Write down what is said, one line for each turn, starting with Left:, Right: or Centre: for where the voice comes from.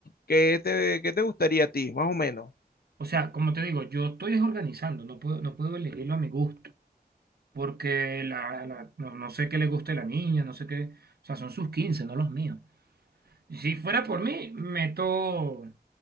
Left: ¿Qué te, qué te gustaría a ti, más o menos?
Right: O sea, como te digo, yo estoy desorganizando, no puedo, no puedo elegirlo a mi gusto, porque la, la- no, no sé qué le gusta a la niña, no sé qué, o sea, son sus 15, no los míos. Si fuera por mí, meto,